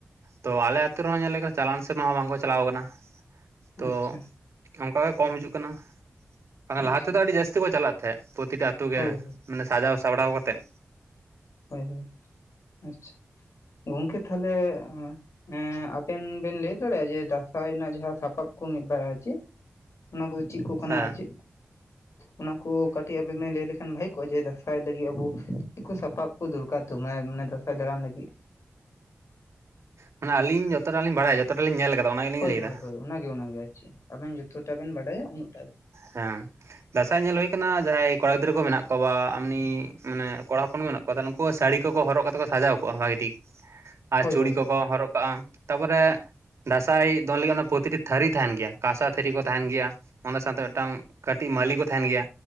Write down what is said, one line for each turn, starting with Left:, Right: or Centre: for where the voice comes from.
Right: ᱛᱚ ᱟᱞᱮ ᱟᱛᱳ ᱨᱮᱦᱚᱸ ᱧᱮᱞ ᱞᱮᱠᱷᱟᱱ ᱪᱟᱞᱟᱣᱮᱱ ᱥᱮᱨᱢᱟ ᱦᱚᱸ ᱵᱟᱝᱠᱚ ᱪᱟᱞᱟᱣ ᱠᱟᱱᱟ᱾ ᱛᱚ
Left: ᱟᱪᱪᱷᱟ
Right: ᱚᱝᱠᱟ ᱜᱮ ᱠᱚᱢ ᱦᱤᱡᱩᱜ ᱠᱟᱱᱟ, ᱵᱟᱠᱷᱟᱱ
Left: ᱟᱪᱪᱷᱟ
Right: ᱞᱟᱦᱟ ᱛᱮᱫᱚ ᱟᱹᱰᱤ ᱡᱟᱥ ᱛᱮᱠᱚ ᱪᱟᱞᱟᱜ ᱛᱟᱦᱮᱸᱜ ᱯᱨᱚᱛᱤᱴᱤ ᱟᱛᱳ ᱜᱮ,
Left: ᱦᱳᱭ ᱦᱳᱭ
Right: ᱢᱟᱱᱮ ᱥᱟᱡᱟᱣ ᱥᱟᱯᱲᱟᱣ ᱠᱟᱛᱮᱫ᱾
Left: ᱦᱳᱭ ᱦᱳᱭ ᱟᱪᱪᱷᱟ, ᱜᱚᱝᱠᱮ ᱛᱟᱦᱞᱮ ᱮᱸᱻ ᱟᱵᱮᱱ ᱵᱮᱱ ᱞᱟᱹᱭ ᱫᱟᱲᱮᱭᱟᱜ-ᱟ ᱡᱮ ᱫᱟᱸᱥᱟᱭ ᱨᱮᱱᱟᱜ ᱡᱟᱦᱟᱸ ᱥᱟᱯᱟᱵ ᱠᱚ ᱢᱤᱫ-ᱵᱟᱨ ᱟᱨ ᱪᱮᱫ? ᱚᱱᱟ ᱠᱚᱫᱚ ᱪᱮᱫ ᱠᱚ ᱠᱟᱱᱟ
Right: ᱦᱮᱸ
Left: ᱟᱨ ᱪᱮᱫ? ᱚᱱᱟᱠᱩ ᱠᱟᱹᱴᱤᱡ ᱟᱵᱮᱱ ᱵᱮᱱ ᱞᱟᱹᱭ ᱞᱮᱠᱷᱟᱱ ᱵᱷᱟᱜᱤ ᱠᱚ ᱡᱮ, ᱫᱟᱸᱥᱟᱭ ᱞᱟᱹᱜᱤᱫ ᱟᱵᱚ ᱪᱮᱫ ᱠᱚ ᱥᱟᱯᱟᱵ ᱠᱚ ᱫᱚᱨᱠᱟᱨ ᱛᱟᱵᱚᱱᱟ ᱢᱟᱱᱮ ᱫᱟᱸᱥᱟᱭ ᱫᱟᱬᱟᱱ ᱞᱟᱹᱜᱤᱫ?
Right: ᱢᱟᱱᱮ ᱟᱞᱤᱧ ᱡᱚᱛᱚᱴᱟ ᱞᱤᱧ ᱵᱟᱲᱟᱭᱟ, ᱡᱚᱛᱚᱴᱟ ᱞᱤ ᱧᱮᱞ ᱠᱟᱫᱟ ᱚᱱᱟ ᱜᱮᱞᱤᱧ
Left: ᱦᱳᱭ
Right: ᱞᱟᱹᱭᱫᱟ᱾
Left: ᱦᱳᱭ ᱦᱳᱭ ᱚᱱᱟᱜᱮ ᱚᱱᱟᱜᱮ ᱟᱨ ᱪᱮᱫ, ᱟᱵᱮᱱ ᱡᱚᱛᱚᱴᱟ ᱵᱮᱱ ᱵᱟᱰᱟᱭᱟ ᱩᱱᱟᱹᱜᱴᱟ ᱜᱮ᱾
Right: ᱦᱮᱸ᱾ ᱫᱟᱸᱟᱭ ᱧᱮᱞ ᱦᱩᱭ ᱠᱟᱱᱟ ᱡᱟᱦᱟᱸᱭ ᱠᱚᱲᱟ ᱜᱤᱫᱽᱨᱟᱹ ᱠᱚ ᱢᱮᱱᱟᱜ ᱠᱚᱣᱟ ᱵᱟ ᱮᱢᱱᱤ ᱢᱟᱱᱮ ᱠᱚᱲᱟ ᱦᱚᱯᱚᱱ ᱜᱮ ᱢᱮᱱᱟᱜ ᱠᱚᱣᱟ ᱠᱚᱛᱟ, ᱩᱱᱠᱩ ᱦᱚᱸ ᱥᱟᱹᱲᱤ ᱠᱚᱠᱚ ᱦᱚᱨᱚᱜ ᱠᱟᱛᱮ ᱠᱚ ᱥᱟᱡᱟᱣ ᱠᱚᱜ-ᱟ ᱵᱷᱟᱜᱮ ᱴᱷᱤᱠ᱾
Left: <inaudible>
Right: ᱟᱨ ᱪᱩᱲᱤ ᱠᱚᱠᱚ
Left: ᱦᱳᱭ
Right: ᱦᱚᱨᱚᱜ ᱠᱟᱜ-ᱟ ᱛᱟᱯᱚᱨᱮ ᱫᱟᱸᱥᱭ ᱫᱚᱱ ᱞᱟᱹᱜᱤᱫ ᱚᱱᱟ ᱯᱨᱚᱛᱤᱴᱤ ᱛᱷᱟᱹᱨᱤ ᱛᱟᱦᱮᱱ ᱜᱮᱭᱟ᱾ ᱠᱟᱸᱥᱟ ᱛᱷᱟᱹᱨᱤ ᱠᱚ ᱛᱟᱦᱮᱱ ᱜᱮᱭᱟ ᱚᱱᱟ ᱥᱟᱶᱛᱮ ᱢᱮᱜᱴᱟᱝ ᱠᱟᱹᱴᱤᱡ ᱢᱟᱹᱞᱤ ᱠᱚ ᱛᱟᱦᱮᱱ ᱜᱮᱭᱟ᱾